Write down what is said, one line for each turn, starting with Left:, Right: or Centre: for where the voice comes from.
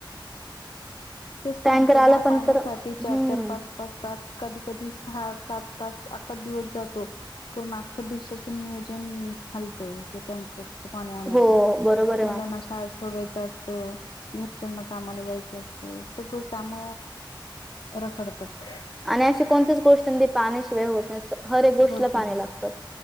Left: ते सांगते
Centre: टँकर
Left: ना
Centre: आला पण
Left: पाण्यासाठी
Centre: तर हम्म.
Left: चार- चार, पाच पाच तास, कधी- कधी सहा, सात, तास आक्का दिवस जातो. पूर्ण अख्ख्या दिवसाच नियोजन हालतं. ते टँकर पाणी आणायला.
Centre: हो, बरोबर आहे
Left: मुलांना
Centre: मॅम.
Left: शाळेत सोडवायचं अस घरच्यांना कामाला जायचं असतं. सगळं काम रखडतात.
Centre: आणि अशी कोणतीच गोष्ट नाही, पाण्याशिवाय होत नसत. हर एक गोष्टला
Left: होत
Centre: पाणी
Left: नाही.
Centre: लागत.